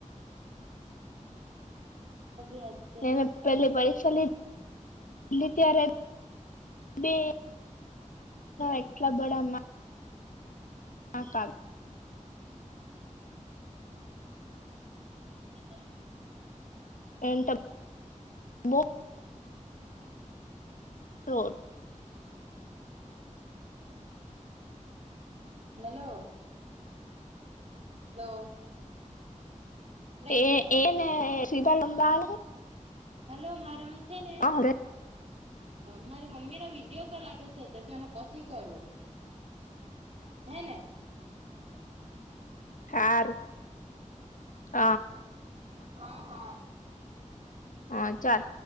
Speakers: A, on the right (about 55°); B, on the left (about 85°).
A: <unintelligible> <unintelligible>
B: એને પેલી પરીક્ષા લીધી એટલે ત્યારે <unintelligible> એટલા બધા <unintelligible>
A: <inaudible>
B: <inaudible> બહુ
A: <inaudible>
B: હારો
A: હમ હલો હલો હમભળાય
B: એ
A: કે ની અવાજ
B: એને
A: હલો
B: શિવા લંબા
A: હલો મારામાં છે ને
B: હારું
A: મારી મમ્મીને વિડીયો કોલ આવ્યો છે તો તો એને પછી કરું હને
B: સારું હ
A: હા હા
B: હા ચાલ